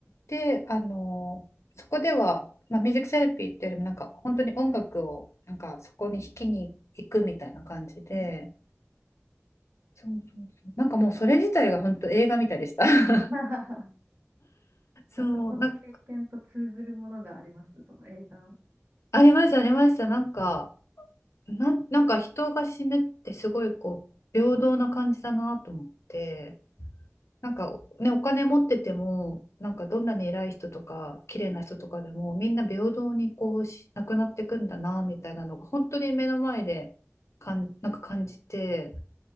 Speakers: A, on the left (about 80°); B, on the right (about 75°).
A: で、あのそこでは、まあ、ミュージックセラピーっていうよりもなんか本当に音楽をなんかそこに弾きに行くみたいな感じで、
B: うん
A: そうそうそうなんかもうそれ自体が本当映画みたいでした。<laughs>
B: <laughs>
A: そう、
B: そこの経験と通ずるものがあります、
A: なんか
B: その映画。
A: ありましたありました。なんかなん、なんか人が死ぬってすごいこう平等な感じだなと思って。なんかね、お金持ってても、なんかどんなに偉い人とか、綺麗な人とかでも、みんな平等にこうし、なくなっていくんだな、みたいなのが、本当に目の前でかん、なんか感じて、